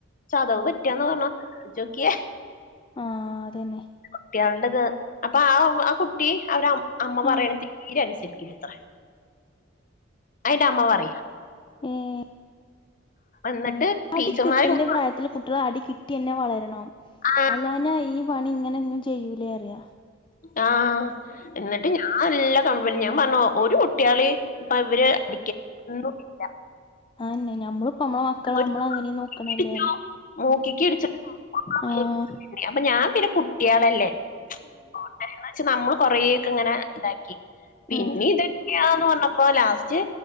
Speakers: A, on the left; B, on the left.
A: ചതവ് പറ്റാന്ന് പറഞ്ഞ ചോക്കിയെ
B: ആഹ് അതന്നെ
A: കുട്ട്യാളടത് അപ്പൊ ആഹ് ആ കുട്ടി അവര് അമ്മ പറയണ
B: ആ
A: തീരെ അനുസരിക്കില്ലത്രേ അയിന്റെ അമ്മ പറയാ
B: ഏഹ്
A: എന്നിട്ട്
B: ഏഹ് അടി
A: ടീച്ചർമാര്
B: കിട്ടേണ്ട പ്രായത്തില് കുട്ട ട്ട്യാള് അടി കിട്ടിന്നെ വളരണം
A: ആ
B: അല്ല ഞാ ഈ പണി ഇങ്ങനെ ഇഞ്ഞും ചെയ്യൂലേ റിയ
A: ആഹ് ന്നിട്ട് ഞാൻ നല്ല കമ്പനി ഞാൻ പറഞ്ഞു ഒരു കുട്ടിയാളീം ഇപ്പൊ ഇവര് അടിക്ക ഒന്നും ല്ല
B: അഹെന്നെ നമ്മളിപ്പോ നമ്മളെ മക്കളെ
A: ഒരു
B: നമ്മള് അങ്ങനേം നോക്കണെല്ലേറിയ
A: ഇടിച്ചു മൂക്കിക്ക് ഇടിച്ചിട്ട <unintelligible>
B: ആഹ്
A: ഞാൻ പിന്നെ കുട്ടിയാളല്ലേ പോട്ടേന്ന് വെച്ച് നമ്മള് കൊറേക്കെ ങ്ങനെ ഇതാക്കി പിന്നിം
B: ഉം
A: ഇതന്നെ <unintelligible> ന്ന് പറഞ്ഞപ്പോ ലാസ്റ്റ്